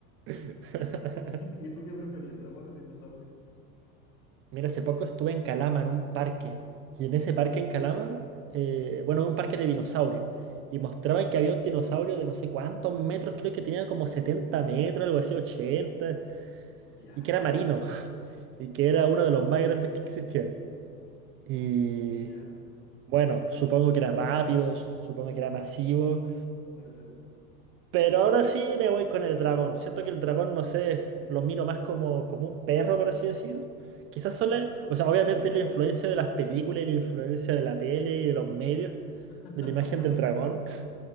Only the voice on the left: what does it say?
<laughs> ¿Y tú qué preferís, el dragón o el dinosaurio?
¿Ya?
¿Ya?
Ah,
ya,
puede ser.
<laughs>
¿Ya?
<laughs>